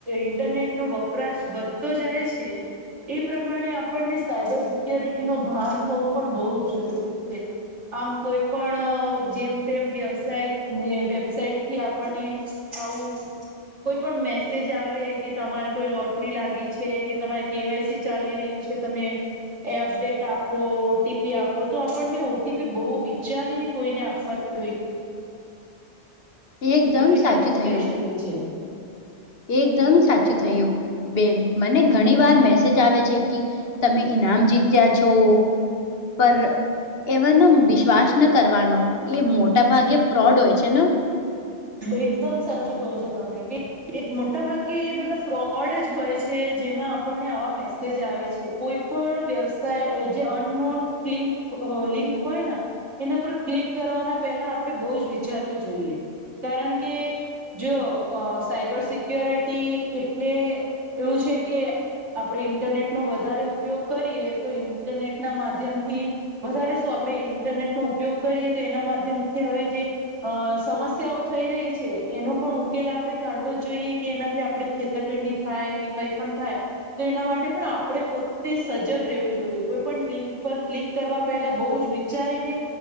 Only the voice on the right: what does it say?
ઇન્ટરનેટ નો વપરાશ વધતો જાય છે. એ પ્રમાણે આપણને સાયબર સિક્યોરિટી નું ભાન થવો પણ બહુ જ જરૂરી છે. આમ કોઈ પણ જેમ તેમ વેબસાઇટ વેબસાાઈટથી આપણને આવું કોઈ પણ મેસેજ આવે કે તમારે કોઈ લોટરી લાગી છે કે તમારે કેવાયસી ચાલી રહ્યું છે તમે એ અપડેટ આપો ઓટીપી આપો તો આપણને ઓટીપી બહુ વિચારીને કોઈને આપવુ <unintelligible>
છેતરપિંડી
પણ
થઈ શકે છે.
એકદમ સાચું કહો છો તમે કે એક મોટા ભાગે એ બધા ફ્રોડ જ હોય છે જેમાં આપણને આવા મેસેજ આવે છે કોઈ પણ વ્યવસાય જે અનનોન લિંક હોય ને એના પર ક્લિક કરવાના પહેલા આપણે બહુ જ વિચારવું જોઈએ કારણ કે જો સાયબર સિક્યોરિટી એટલે એવું છે કે આપણે ઇન્ટરનેટનો વધારે ઉપયોગ કરીએ તો ઇન્ટરનેટના માધ્યમથી વધારે શું આપણે ઇન્ટરનેટનો ઉપયોગ કરીએ તો એના માધ્યમથી હવે જે અ સમસ્યાઓ થઈ રહી છે એનો પણ ઉકેલ આપણે કાઢવો જ જોઈએ કે એનાથી આપણે છેતરપિંડી થાય કે કઈ પણ થાય તો એના માટે પણ આપણે પોતે સજગ રહેવું જોઈએ કોઈ પણ લિંક પર ક્લિક કરવા પહેલા બહુ જ વિચારીને